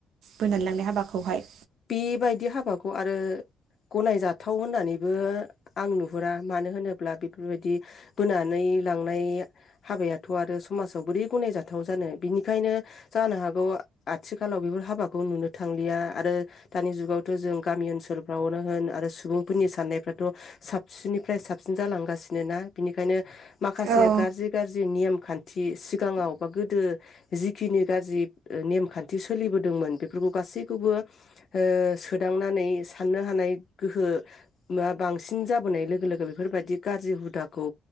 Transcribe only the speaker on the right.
बोनानै लांनाय हाबाखौहाय।
औ